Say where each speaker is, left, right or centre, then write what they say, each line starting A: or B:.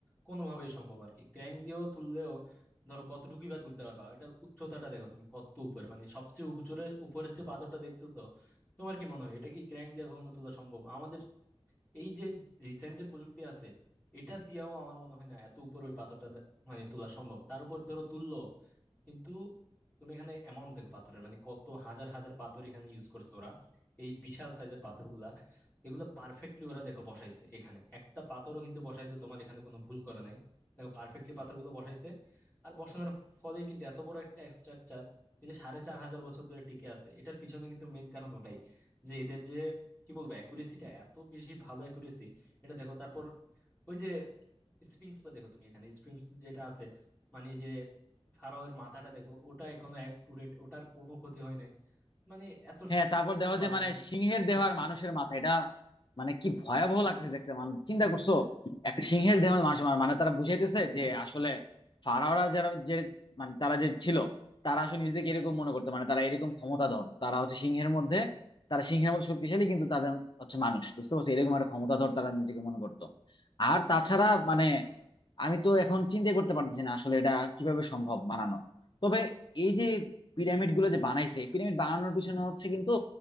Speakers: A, on the left (about 20°); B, on the left (about 50°).
A: কোনোভাবেই সম্ভব আর কি ক্র্যাং দিয়েও তুললেও ধরো কতটুকুই বা তুলতে পারবা এটার উচ্চতাটা দেখো তুমি কত উপরে মানে সবচেয়ে উপরের উপরের যে পাথরটা দেখতেছো তোমার কি মনে হয় এটা কি ক্র্যাং দিয়ে কখনো তোলা সম্ভব আমাদের এই যে রিসেন্ট যে প্রযুক্তি আছে এটা দিয়েও আমার মনে হয় না এত উপর ওই পাথরটা দে- মানে তোলা সম্ভব তার উপর ধরো তুললো কিন্তু তুমি এখানে অ্যামাউন্ট দেখো পাথরের মানে কত হাজার হাজার পাথর এখানে ইউজ করছে ওরা এই বিশাল সাইজের পাথরগুলা এগুলো পারফেক্টলি ওরা দেখো বসাইছে এখানে একটা পাথরও কিন্তু বসাইতে তোমার এখানে কোনো ভুল করে নাই দেখো পারফেক্টলি পাথরগুলো বসাইছে আর বসানোর ফলেই কিন্তু এত বড় একটা স্ট্রাকচার এই যে সাড়ে চার হাজার বছর ধরে টিকে আছে এটার পিছনে কিন্তু মেন কারণ ওটাই যে এদের যে কি বলবো অ্যাকুরেসিটা এত বেশি ভালো অ্যাকুরেসি এটা দেখো তারপর ওই যে স্প্রিংস টা দেখো তুমি এখানে স্প্রিংস যেটা আছে মানে এই যে ফারাওয়ের মাথাটা দেখো ওটা এখনো অ্যাকুরেট ওটার কোনো ক্ষতি হয় নাই মানে এত
B: হ্যাঁ
A: সুন্দর
B: তারপর
A: করে যেটা
B: দেখো
A: বানাইছে
B: যে মানে সিংহের দেহ আর মানুষের মাথা এটা মানে কি ভয়াবহ লাগতেছে দেখতে মানে চিন্তা করছো একটা সিংহের দেহ আর মানুষের মাথা মানে তারা বুঝাইতেছে যে আসলে ফারাওরা যারা যে মানে তারা যে ছিল তারা আসলে নিজেদেরকে এরকম মনে করতো মানে তারা এরকম ক্ষমতাধর তারা হচ্ছে সিংহের মধ্যে তারা সিংহের মতো শক্তিশালী কিন্তু তাদের হচ্ছে মানুষ বুঝতে পারছো এরকম একটা ক্ষমতাধর তারা নিজেকে মনে করতো আর তাছাড়া মানে আমি তো এখন চিন্তা করতে পারতেছি না আসলে এটা কিভাবে সম্ভব বানানো তবে এই যে পিরামিড গুলো যে বানাইছে পিরামিড বানানোর পিছনে হচ্ছে কিন্তু